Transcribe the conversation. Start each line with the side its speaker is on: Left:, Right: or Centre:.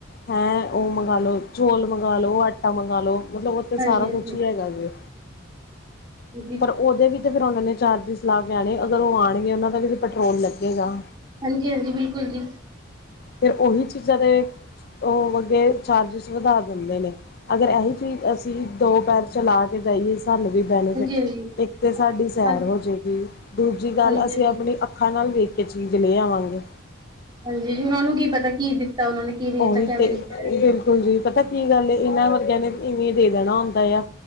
Left: ਓ ਉਹ ਮੰਗਾ ਲੋ ਚੌਲ, ਮਗਾ ਲੋ ਆਟ ਆਟਾ, ਮੰਗਾਲੋ ਮਤਲਬ ਉਹਥੇ
Right: ਹਾਂਜੀ
Left: ਸਾਰਾ
Right: ਹਾਂਜੀ
Left: ਕੁੱਝ ਹੀ ਹੈਗਾ ਜੇ।
Right: ਜੀ
Left: ਪਰ ਉਹਦੇ ਵਿੱਚ ਤੇ ਫਿਰ, ਉਹਨਾਂ ਨੇ ਚਾਰਜਿਸ ਲਾ ਕੇ ਆਣੇ, ਅਗਰ ਉਹ ਆਉਣਗੇ, ਉਹਨਾਂ ਦਾ ਵੀ ਪੈਟਰੋਲ ਲੱਗੇਗਾ।
Right: ਹਾਂਜੀ-ਹਾਂਜੀ ਬਿਲਕੁਲ ਜੀ,
Left: ਫਿਰ, ਉਹੀ ਚੀਜ਼ਾਂ ਦੇ ਉਹ ਅੱਗੇ ਚਾਰਜਿਸ, ਵਧਾ ਦਿੰਦੇ ਨੇ ਅਗਰ ਇਹੀ ਚੀਜ਼ ਅਸੀਂ, ਦੋ ਪੈਰ ਚਲਾ ਕੇ ਜਾਈਏ, ਸਾਨੂੰ ਵੀ ਬੈਨੀਫਿਟ
Right: ਹਾਂਜੀ
Left: ਇੱਕ ਤੇ ਸਾਡੀ, ਸੈਰ
Right: ਹਾਂਜੀ
Left: ਹੋ ਜਾਏਗੀ, ਦੂਜੀ ਗੱਲ
Right: ਹਾਂਜੀ
Left: ਅਸੀਂ
Right: ਹਾਂਜੀ
Left: ਆਪਣੀ ਅੱਖਾਂ ਨਾਲ ਵੇਖ ਕੋਈ ਚੀਜ਼, ਲੈ ਆਵਾਂਗੇ।
Right: ਹਾਂਜੀ, ਉਹਨਾਂ ਨੂੰ ਕੀ ਪਤਾ ਕੀ ਦਿੱਤਾ ਉਹਨਾਂ ਨੇ ਕੀ ਨਹੀਂ ਦਿੱਤਾ
Left: ਉਹੀ
Right: ਕਿਵੇਂ
Left: ਤੇ
Right: ਦਿੱਤਾ ਹੈ।
Left: ਬਿਲਕੁਲ, ਜੀ ਪਤਾ? ਕੀ ਗੱਲ, ਏ ਇਹਨਾਂ ਵਰਗਿਆਂ ਨੇ, ਇਵੇਂ ਦੇ ਦੇਣਾ ਹੁੰਦਾ ਆ,